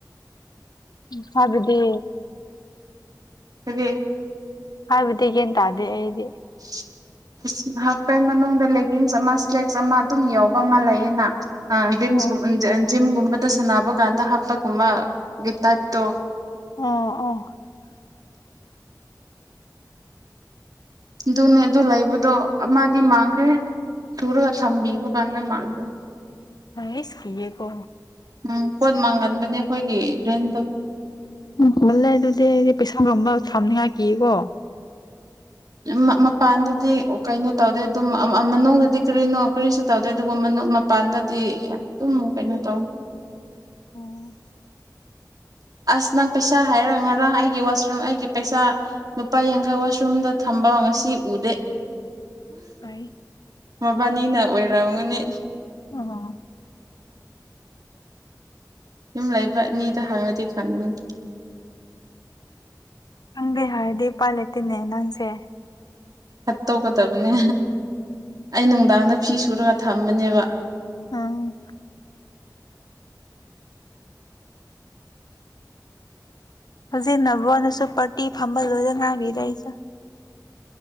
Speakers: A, on the left (about 65°); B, on the right (about 60°).
A: ꯏꯝꯐꯜꯗꯗꯤ
B: <unintelligible>
A: ꯍꯥꯏꯕꯗꯤ ꯒ꯭ꯌꯥꯟ ꯇꯥꯗꯦ ꯑꯩꯗꯤ
B: <unintelligible> ꯍꯥꯐꯄꯟ ꯃꯅꯨꯡꯗ ꯂꯦꯒꯤꯡꯁ ꯑꯃ ꯁ꯭ꯂꯦꯛꯁ ꯑꯃ ꯑꯗꯨꯝ ꯌꯥꯎꯕ ꯑꯃ ꯂꯩꯌꯦꯅ ꯑꯥ ꯖꯤꯝꯁ
A: ꯑꯣ
B: ꯒꯨꯝ <unintelligible> ꯖꯤꯝꯒꯨꯝꯕꯗ ꯁꯟꯕ ꯀꯥꯟꯗ ꯍꯥꯞꯄꯒꯨꯝꯕ ꯒꯤꯠ ꯇꯥꯏꯠꯇꯣ
A: ꯑꯣ ꯑꯣ
B: ꯑꯗꯨꯅꯦ ꯑꯗꯨ ꯂꯩꯕꯗꯣ ꯑꯃꯥꯗꯤ ꯃꯥꯡꯈ꯭ꯔꯦ ꯊꯨꯔꯒ ꯊꯝꯕꯤꯕ ꯀꯥꯟꯅ ꯃꯥꯈ꯭ꯔꯦ
A: ꯍꯥꯏꯁ ꯀꯤꯌꯦꯀꯣ
B: ꯎꯝ ꯄꯣꯠ ꯃꯥꯡꯒꯟꯕꯅꯦ ꯑꯈꯣꯏꯒꯤ ꯔꯦꯟꯗꯣ
A: ꯎꯝ ꯃꯨꯜꯂꯦ ꯑꯗꯨꯗꯤ ꯑꯩꯗꯤ ꯄꯩꯁꯥꯒꯨꯝꯕ ꯊꯝꯅꯤꯉꯥꯏ ꯀꯤꯌꯦꯀꯣ
B: <unintelligible> ꯃꯄꯥꯟꯗꯗꯤ ꯑꯣ ꯀꯩꯅꯣ ꯇꯧꯗꯦ ꯑꯗꯨꯝ ꯑꯝ ꯑꯝ ꯃꯅꯨꯡꯗꯗꯤ ꯀꯔꯤꯅꯣ ꯀꯔꯤꯁꯨ ꯇꯧꯗꯦ ꯑꯗꯨꯕꯨ ꯃꯅꯨꯡ ꯃꯥꯞ ꯄꯥꯟꯗꯗꯤ ꯑꯗꯨꯝ ꯀꯩꯅꯣ ꯇꯧ
A: ꯎꯝ
B: ꯑꯁ ꯅꯪ ꯄꯩꯁꯥ ꯍꯥꯏꯔꯒ ꯉꯔꯥꯡ ꯑꯩꯒꯤ ꯋꯥꯁꯔꯨꯝ ꯑꯩꯒꯤ ꯄꯩꯁꯥ ꯂꯨꯄꯥ ꯌꯥꯡꯈꯩ ꯋꯥꯁꯔꯨꯝꯗ ꯊꯝꯕ ꯉꯁꯤ ꯎꯗꯦ
A: ꯄꯩ
B: ꯃꯕꯥꯟꯅꯤꯅ ꯑꯣꯏꯔꯝꯒꯅꯤ
A: ꯑꯣ
B: ꯌꯨꯝ ꯂꯩꯕ ꯑꯅꯤꯗꯣ ꯍꯥꯡꯉꯗꯤ ꯐꯪꯒꯅꯤ
A: ꯈꯪꯗꯦ ꯍꯥꯏꯔꯗꯤ ꯎꯄꯥꯥꯏ ꯂꯩꯇꯦꯅꯦ ꯅꯪꯁꯦ
B: ꯍꯥꯠꯇꯣꯛꯒꯗꯕꯅꯦ ꯑꯩ ꯅꯨꯡꯗꯥꯡꯗ ꯐꯤ ꯁꯨꯔꯒ ꯊꯝꯕꯅꯦꯕ
A: ꯑ ꯍꯧꯖꯤꯛ ꯅꯕꯣꯟꯅꯁꯨ ꯄꯥꯔꯇꯤ ꯐꯝꯕ ꯂꯣꯏꯔ ꯉꯥꯏꯔꯤꯗ ꯑꯩꯁꯨ